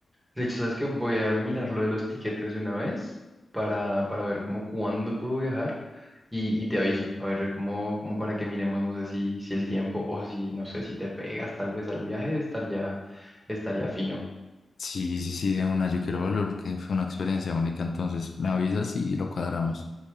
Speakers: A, on the right; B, on the left.
A: de hecho, ¿sabes qué? Voy a mirar lo de los tiquetes de una vez para, para ver como cuándo puedo viajar y, y te aviso. A ver, como, como para que miremos, no sé si, si el tiempo o si, no sé, si te pegas tal vez al viaje, estaría, estaría fino.
B: Sí, sí, sí, de una, yo quiero volver porque fue una experiencia única, entonces me avisas y lo cuadramos.